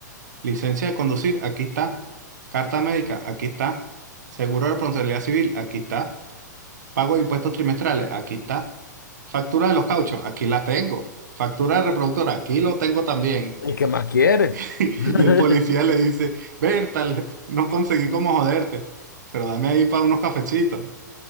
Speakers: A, on the right; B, on the left.
A: Licencia de conducir, aquí está. Carta médica, aquí está. Seguro de responsabilidad civil, aquí está. Pago de impuestos trimestrales, aquí está. Factura de los cauchos, aquí la tengo. Factura de reproductora, aquí lo tengo también.
B: ¿Y qué más quiere?
A: <laughs>
B: <laughs>
A: Y el policía le dice, Berta, le- no conseguí cómo joderte, pero dame ahí para unos cafecitos.